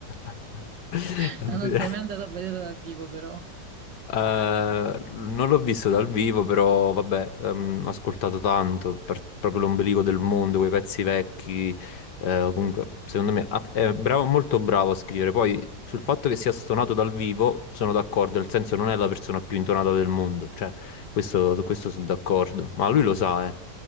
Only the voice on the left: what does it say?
<laughs>
Eh, non l'ho visto dal vivo, però vabbè, ehm, ho ascoltato tanto, per- proprio l'ombelico del mondo, quei pezzi vecchi. eh, comunque, secondo me ha- è bravo, molto bravo a scrivere. Poi sul fatto che sia stonato dal vivo sono d'accordo, nel senso non è la persona più intonata del mondo, cioè questo, su questo sono d'accordo, ma lui lo sa, eh.